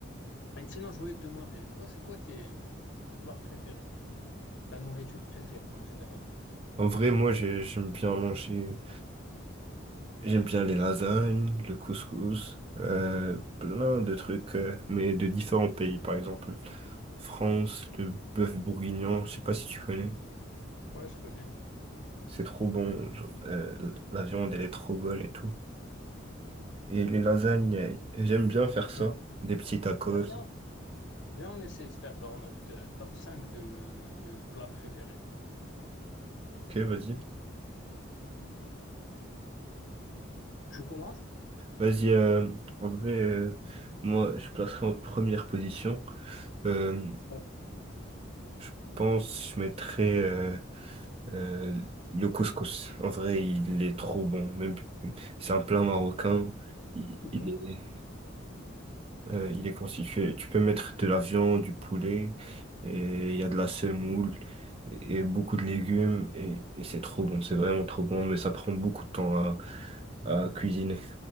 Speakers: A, on the left; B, on the right.
A: Et sinon, je voulais te demander, toi, c'est quoi tes, tes plats préférés? Ta nourriture préférée en général?
B: En vrai, moi, j'ai- j'aime bien manger. J'aime bien les lasagnes, le couscous, euh, plein de trucs, euh, mais de différents pays. Par exemple, France, le bœuf bourguignon, je sais pas si tu connais.
A: Ouais, je connais.
B: C'est trop bon. genre, euh, la viande, elle est trop bonne et tout. Et les lasagnes, euh, j'aime bien faire ça.
A: Ben,
B: Des petits tacos.
A: Viens, viens, on essaye de faire genre notre euh, top 5 de, de plats préférés.
B: Ok, vas-y.
A: Tu commences?
B: Vas-y, euh, en vrai, euh, moi, je placerai en première position. Euh,
A: Ouais.
B: je pense que je mettrais euh, euh, le couscous. En vrai, il est trop bon. Même, c'est un plat marocain. Il,
A: Mhm.
B: il est, euh, il est constitué. Tu peux mettre de la viande, du poulet, et il y a de la semoule et, et beaucoup de légumes. Et, et c'est trop bon. C'est vraiment trop bon, mais ça prend beaucoup de temps à, à cuisiner.